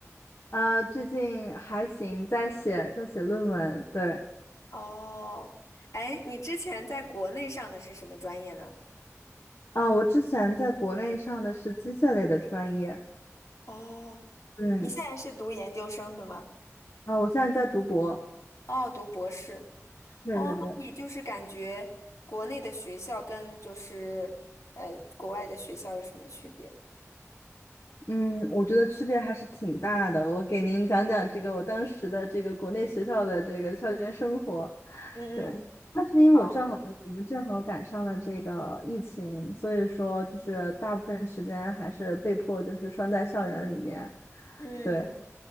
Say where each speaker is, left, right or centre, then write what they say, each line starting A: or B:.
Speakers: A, on the left; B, on the left.
A: 啊，最近还行，在写在写论文，对，
B: 哦，哎，你之前在国内上的是什么专业呢？
A: 啊，我之前在国内上的是机械类的专业，
B: 哦，
A: 嗯，
B: 你现在是读研究生，对吗？
A: 啊，我现在在读博，
B: 哦，读博士。
A: 对对对。
B: 哦，那你就是感觉国内的学校跟就是呃国外的学校有什么区别？
A: 嗯，我觉得区别还是挺大的。我给您讲讲这个我当时的这个国内学校的这个校园生活。
B: 嗯嗯，
A: 对，那是因为我正好我们正好赶上了这个疫情，
B: 好，
A: 所以说就是大部分时间还是被迫就是拴在校园里面。
B: 嗯，
A: 对，